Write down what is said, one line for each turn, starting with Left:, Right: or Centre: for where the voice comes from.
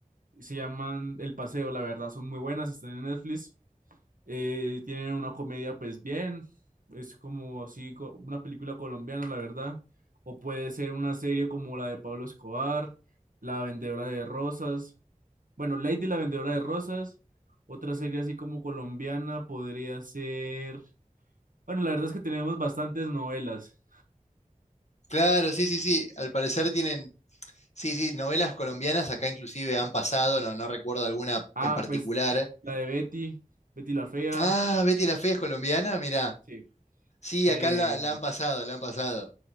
Right: se llaman El Paseo, la verdad, son muy buenas, están en Netflix. Eh, tienen una comedia, pues bien, es como así, co- una película colombiana, la verdad. O puede ser una serie como la de Pablo Escobar, La Vendedora de Rosas. Bueno, Lady la Vendedora de Rosas. Otra serie así como colombiana podría ser. Bueno, la verdad es que tenemos bastantes novelas.
Left: Claro, sí, sí, sí. Al parecer tienen, sí, sí, novelas colombianas acá inclusive han pasado, no, no recuerdo alguna
Right: Ah,
Left: en particular.
Right: pues la de Betty, Betty la Fea.
Left: Ah, Betty la Fea es colombiana, mirá.
Right: Sí.
Left: Sí,
Right: Eh,
Left: acá la, la han pasado, la han pasado.